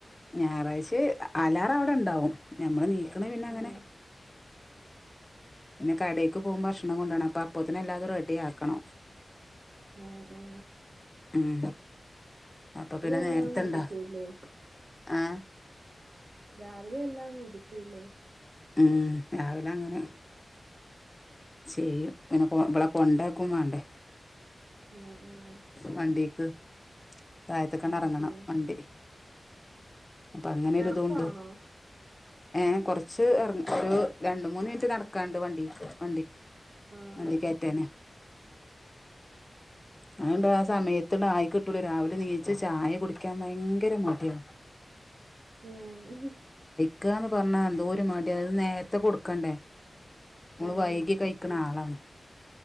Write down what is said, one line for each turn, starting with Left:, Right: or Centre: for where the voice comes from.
Left: ഞായറാഴ് അലാറം അവിടെ ഇണ്ടാവും ഞമ്മള് നീക്കണ പിന്നെ അങ്ങനെ
Right: ആഹ്
Left: പിന്നെ കടേക്ക് പോകുമ്പോ ഭക്ഷണം കൊണ്ടണം അപ്പൊ അപ്പത്തിനെ എല്ലാതും റെഡി ആക്കണം
Right: ആ ഉ
Left: ഉം അപ്പൊ പിന്നെ
Right: എല്ലാം
Left: നേരത്തെണ്ടോ
Right: അങ്ങ് ഒതുക്കൂല്ലേ
Left: ആഹ
Right: രാവിലെ എല്ലാം ഒതു ക്കൂല്ലേ
Left: ഉം രാവിലെ അങ്ങനെ ചെയ്യും പിന്നെ ഇവളെ കൊണ്ടാക്കും വേണ്ടേ
Right: ആഹ് ആഹ്
Left: വണ്ടിക്ക് താഴത്ത്ക്കങ്ങട്ട്
Right: ആഹ്
Left: ഇറങ്ങണം
Right: ആഹ്
Left: വണ്ടി അപ്പൊ അങ്ങനെ ഒരുത്ണ്ട്.
Right: എറക്കവാണോ
Left: ഏ കൊറച്ച് ഇറ ഒരു രണ്ട മൂന്ന് മിനിറ്റ് നടക്കാണ്ട് വണ്ടിക്ക് വണ്ടി.
Right: ആഹ്
Left: വണ്ടിക്കയറ്റേനെ ആ അണ്ട് ആ സമയത്ത്ണ്ടായി കിട്ടുല്ല രാവിലെ നീച്ച് ചായ കുടിക്കാൻ ഭയങ്കര മട്യാണ്
Right: മ് മ് ഹ്
Left: ക്കാന്ന് പറഞ്ഞ എന്തോര് മട്യാ ഇത് നേരത്തെ കൊടുക്കണ്ടേ ഓൾ
Right: ആഹ്
Left: വൈകി കൈക്ക്ണ ആളാണ്